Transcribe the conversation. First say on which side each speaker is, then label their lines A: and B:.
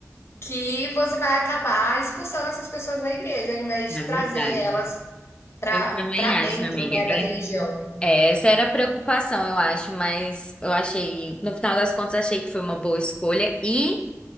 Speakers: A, on the left; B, on the left.
A: que você vai acabar expulsando essas pessoas da igreja, ao invés
B: É
A: de trazer
B: verdade.
A: elas para
B: Eu também acho,
A: dentro
B: amiga.
A: né,
B: É,
A: da religião.
B: é, essa era a preocupação, eu acho, mas eu achei, no final das contas, achei que foi uma boa escolha. E